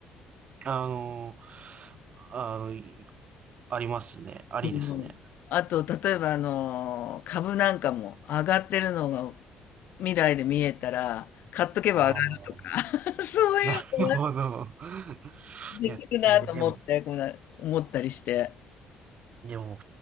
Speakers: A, on the right; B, on the left.
A: あの、あの、いありますね。ありですね。
B: うんあと、例えば、あの、株なんかも上がってるのが未来で見えたら、買っとけば上がるとか、
A: ああ。
B: <laughs> そういうのが
A: <laughs> なるほど。<laughs>
B: できるなと思って、
A: いや、で、でも、
B: こんな思ったりして。
A: でも、